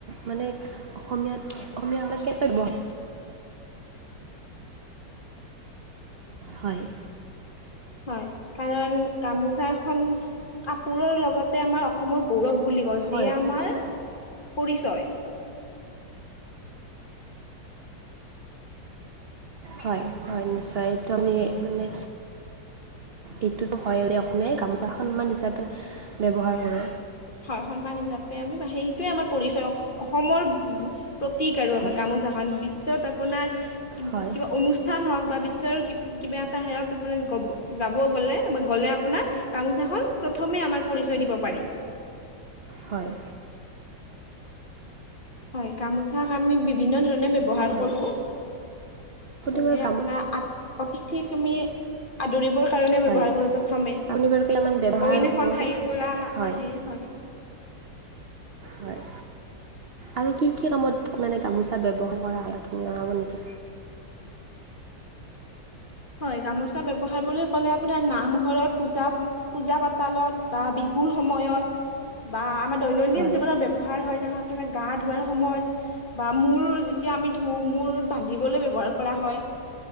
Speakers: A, on the right; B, on the left.
A: মানে অসমীয়াত অসমীয়া হলে কেনেকৈ বোৱাম। হয়।
B: হয় কাৰণ গামোচা এখন কাপোৰৰ লগতে আমাৰ অস অসমৰ গৌৰৱ বুলি কওঁ যিয়ে
A: হয় কওকচোন
B: আমাৰ পৰিচয়
A: হয়, হয় নিশ্চয় এইটো আমি মানে এইটোতো হয় অসমীয়াই গামোচা সন্মান হিচাপে ব্যৱহাৰ কৰে।
B: হয় সন্মান হিচাপে আমি বা হেইটোৱে আমাৰ পৰিচয় অসমৰ প্ৰতীক আৰু
A: হয়
B: আমাৰ গামোচা হন বিশ্বত আপোনাৰ
A: হয়
B: কিবা অনুচ স্থান হওক বা বিশ্বৰ কিবা এটা হেয়ত আপুনি গ যাব গ'লে বা গ'লে আপোনাৰ গামোচাখন প্ৰথমে আমাৰ পৰিচয় দিব পাৰি।
A: হয়।
B: হয় গামোচাক আমি বিভিন্ন ধৰণে ব্যৱহাৰ
A: হয়।
B: কৰো।
A: আপুনি
B: যেনে
A: বাৰু গামোচা
B: আপোনাৰ আত অতিথিক আমি আদৰিবৰ কাৰণে
A: হয়
B: ব্যৱহাৰ কৰোঁ প্ৰথমে।
A: আপুনি বাৰু কেইটামান ব্যৱহাৰ
B: অইন
A: কৰিবচোন
B: খন ঠাইৰ পৰা
A: হয়
B: আহে হয়।
A: হয়। আৰু কি, কি কামত মানে গামোচা ব্যৱহাৰ কৰা হয় আপুনি লঙাব নেকি।
B: হয় গামোচা ব্যৱহাৰ বুলি ক'লে আপোনাৰ নামঘৰত পূজা, পূজা পাতালত বা বিহুৰ সময়ত বা আমাৰ দৈনন্দিন
A: হয়
B: জীৱনত ব্যৱহাৰ হৈ থাকা আপোনাৰ গা ধোৱাৰ সময়ত বা মূৰ যেতিয়া আমি ধোওঁ মূৰ বান্ধিবলৈ ব্যৱহাৰ কৰা হয়